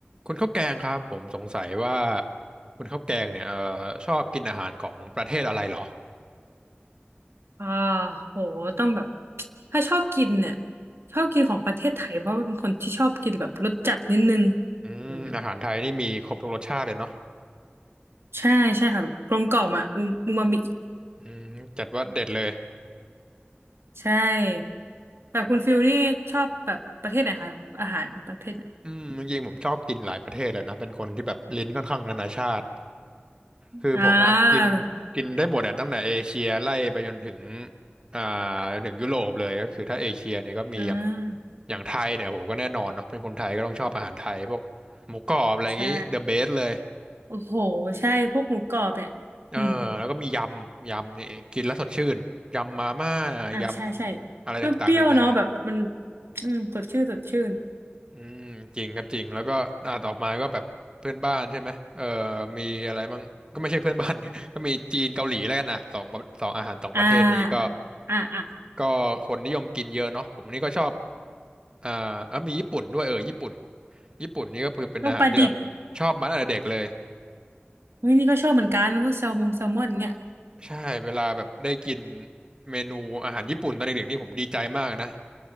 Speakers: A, on the right; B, on the right.
A: คุณข้าวแกงครับผมสงสัยว่าคุณข้าวแกงเนี่ยเอ่อชอบกินอาหารของประเทศอะไรเหรอ
B: อ่าโหต้องแบบถ้าชอบกินเนี่ยชอบกินของประเทศไทยเพราะว่าเป็นคนที่ชอบกินแบบรสจัดนิดนึง
A: อืมอาหารไทยนี่มีครบทุกรสชาติเลยเนาะ
B: อืมใช่ใช่ค่ะแบบกลมกล่อมอ่ะอูมูมามิ
A: อืมจัดว่าเด็ดเลย
B: ใช่แบบคุณฟิลนี่ชอบแบบประเทศไหนคะอาหารประเภทไหน
A: อืมจริงๆผมชอบกินหลายประเทศเลยนะเป็นคนที่แบบลิ้นค่อนข้างนานาชาติคือผมอะกิน
B: อ่า
A: กินได้หมดอะตั้งแต่เอเชียไล่ไปจนถึงอ่าจนถึงยุโรปเลยก็คือถ้าเอเชียเนี่ยก็มีอย่าง
B: อ่า
A: อย่างไทยเนี่ยโหก็แน่นอนเนาะเป็นคนไทยก็ต้องชอบอาหารไทยพวกหมูกรอบอะไรอย่างงี้
B: ใช่
A: the best เลย
B: โอ้โหใช่พวกหมูกรอบเนี่ยอืม
A: เออแล้วก็มียำยำนี่กินแล้วสดชื่นยำมาม่า
B: อ่าใช่ใช่
A: ยำอะไรต่างๆนานา
B: เปรี้ยวๆเนาะแบบมันอืมสดชื่นสดชื่น
A: อืมจริงครับจริงแล้วก็อ่าต่อมาก็แบบเพื่อนบ้านใช่ไหมเออมีอะไรบ้างก็ไม่ใช่เพื่อนบ้าน <laughs> ก็มีจีนเกาหลีแล้วกันอ่ะสองสองอาหารสองประเทศนี้ก็
B: อ่าอ่าอ่า
A: ก็คนนิยมกินเยอะเนาะผมนี่ก็ชอบอ่าอ่ะมีญี่ปุ่นด้วยเออญี่ปุ่นญี่ปุ่นนี่ก็คือเป็นอาหารที่แบบชอบมาตั้งแต่เด็กเลย
B: ลูกปลาดิบ เฮ้ยนี่ก็ชอบเหมือนกันพวกแซลมงแซลมอนเงี้ย
A: ใช่เวลาแบบได้กินเมนูอาหารญี่ปุ่นตอนเด็กๆนี่ผมดีใจมากนะ